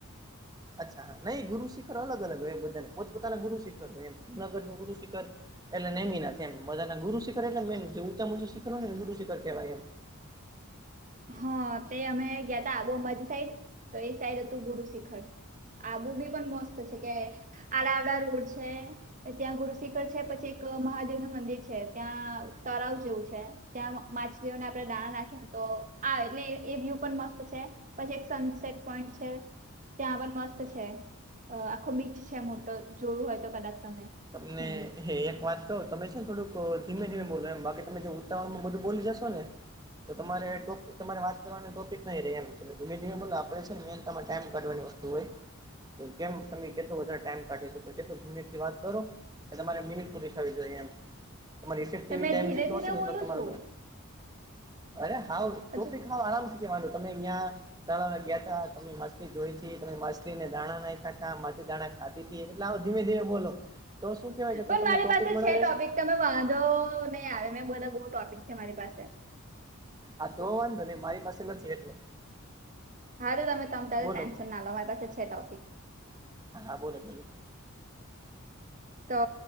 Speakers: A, on the right; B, on the right.
A: અચ્છા હા નઈ ગુરુ શિખર અલ અલ હોય એ બધાને પોતાનાુ શિખર હોય એમ જુનાગઢનું ગુરુશિખર એટલે નનેમી નથી એમધાના ગુિખર એટલે મે ઉચું શિખર હોય ને ગુરુશિખર કેવા એમ.
B: હા તે અમે ગયા ત આબો અંબાજી સાઈડ તો એ સાઈડ હતું ગુરુ શિખર. આબુ બી પણ મસ્ત છે કે આડા આવડા રોડ છે. ત્યાં ગુરુ શિખર છે પછી એક મહાદેવનું મંદિર છે ત્યાં તળાવ જેવું છે. ત્યાં માછલીઓને આપણે દાણા નાખીએને તો હા એટલે એ વ્યુ પણ મસ્ત છે પછી એક સનસેટ પોઈન્ટ છે. ત્યાં આગળ મસ્ત છે આખું બીચ છે મોટો જોયું હોય તો કદાચ તમે.
A: તમને
B: મે બી
A: હે એક વાત. તો તમે છે ને થોડુંક ધીમે ધીમે બોલો એમ બાકી તમે જે ઉતાવરણમાં બધું બોલી જશો ને. તો તમારે તમારે વાત કરવાનું ટોપિક નઈ રેય એમ ધીમે ધીમે બોલો આપડે છે ને એન તમારે ટાઈમ કાઢવાની વાત. હોય તો કેમ તમે કેટલો વધારે ટાઈમ કાઢી શકો તો કેટલો મિનિટથી વાત. કરો એ તમારે મિનટ પુરી થવી જોઈએ એમ. તમાર રીસેસ
B: તમે
A: ફ્રી ટાઈમ
B: ધીરે
A: જેશ
B: ધીરે
A: હશે ને
B: બોલો
A: એ તમાર
B: છો
A: અરે હાવ ટોપક
B: હજુ
A: હા, આરામથી કેવાનુ તમે અહિયાં. તળ લ ગયા તા તમે માછલી જોઈ તમે માછલી ને દાણા નાહી ખાા મા દાણા. આતીતી એટલે આવ ધીમે ધીમે બોલો તો શું કેવાય કે
B: પણ
A: તમને
B: મારી
A: ટોપિક
B: પાસે
A: મળે
B: છે ટોપિક
A: રહેશે.
B: તમે વાંધો નઈ આવે મેં બધાં બો ટોપિક છે મારી પાસે.
A: હ તો વાંધો ની મારી પાસે નથી એટલે.
B: હા, તો તમે તમે તારે
A: બોલો
B: ટેન્શન ના લો મારી પાસે છે ટોપિક.
A: હા, બોલો ચલો
B: તો